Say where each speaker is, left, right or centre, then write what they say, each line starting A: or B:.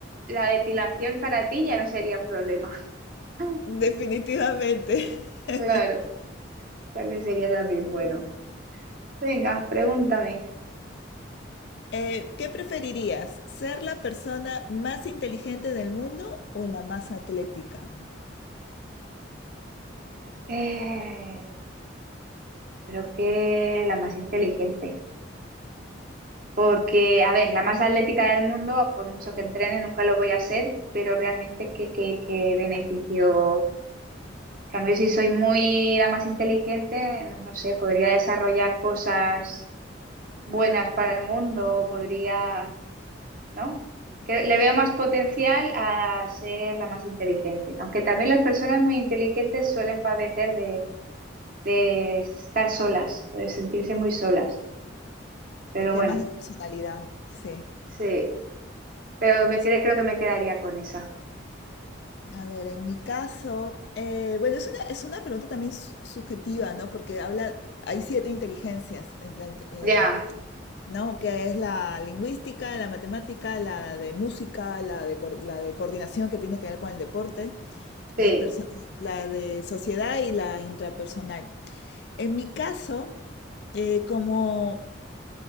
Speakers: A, on the right (about 45°); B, on the left (about 55°).
A: la depilación para ti ya no sería un problema. <laughs>
B: definitivamente. <laughs>
A: Claro, o sea que sería también bueno. Venga, pregúntame.
B: Eh, ¿qué preferirías? ¿Ser la persona más inteligente del mundo o la más atlética?
A: Eh, creo que la más inteligente. Porque, a ver, la más atlética del mundo, por mucho que entrene, nunca lo voy a ser, pero realmente qué, qué, qué beneficio. En cambio, si soy muy la más inteligente, no, no sé, podría desarrollar cosas buenas para el mundo, podría, ¿no? Que le veo más potencial a ser la más inteligente, aunque también las personas muy inteligentes suelen padecer de, de estar solas, de sentirse muy solas, pero
B: De temas
A: bueno,
B: de personalidad, sí.
A: sí, pero me,
B: Sí,
A: quedé- creo que me quedaría con esa.
B: A ver, en mi caso, eh, bueno, es una, es una pregunta también su- subjetiva, ¿no? Porque habla, hay siete inteligencias. en la inte- eh,
A: Ya,
B: ¿no? Que es la lingüística, la matemática, la de música, la de, coor- la de coordinación que tiene que ver con el deporte, las
A: sí.
B: perso- la de sociedad y la intrapersonal. En mi caso, eh, como